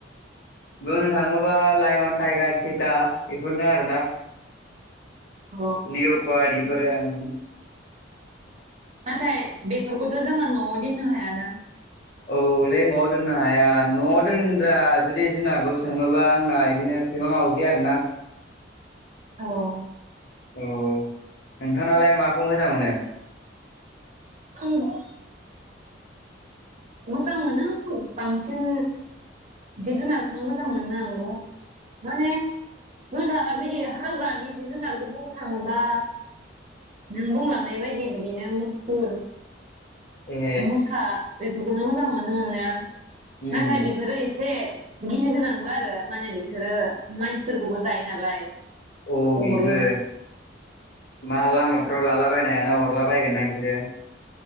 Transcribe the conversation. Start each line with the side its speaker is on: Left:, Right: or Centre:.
Left: बुंनो थाङोबा लायअन टाइगार चिता बेफोरनो आरोना
Right: अ
Left: लिरबाय बेफोरो ओम
Right: नाथाय बेफोरखौथ' जोंङो न'आव दिननो हायाना
Left: औलै न'आव दोननो हाया न'आव दोनग्रा जुदि जुनारखौ सोङोबा आंना इदिनो सैमा मावजि आरो ना
Right: औ
Left: औ नोंथांनालाय माखौ मोजां मोनो
Right: आंबो मोजां मोनो बांसिन जिब जुनारखौनो मोजां मोनो आंबो माने नोंथाङा बिदि हाग्रानि जिब जुनारखौ बुंनो थाङोबा नों बुंलांनाय बायदि बिदिनो मुफुर
Left: ए
Right: मुसा बेफोरखौनो मोजां मोनो मोननाया
Left: उम
Right: नाथाय बेफोरो एस से गिनो गोनांबो आरो माने बिसोरो मानसिफोरखौबो जायो नालाय
Left: अ
Right: अरो
Left: बेबो मा लामाफ्राव लाब बायनो हायाना अरला बायगोन ना इसोरो